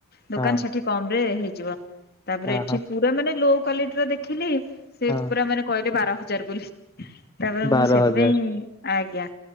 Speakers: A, on the left; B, on the left.
A: ଦୋକାନ
B: ହଁ
A: ସେଠି କମ୍ ରେ ହେଇଯିବ। ତାପରେ
B: ଓହୋ
A: ଏଠି
B: ହଁ
A: ପୁରା ମାନେ ଲୋ କ୍ଵାଲିଟିର ଦେଖିଲି ସେ
B: ହଁ
A: ପୁରା ମାନେ କହିଲେ ବାର ହଜାର ବୋଲି। ତାପରେ
B: ବାର
A: ମୁଁ ସେଥିପାଇଁ
B: ହଜାର।
A: ଆଜ୍ଞା